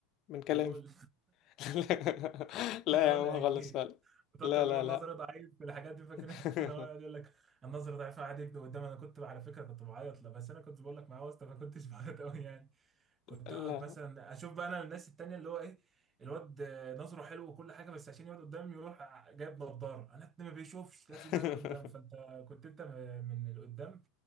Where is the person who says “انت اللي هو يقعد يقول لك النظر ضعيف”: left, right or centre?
Right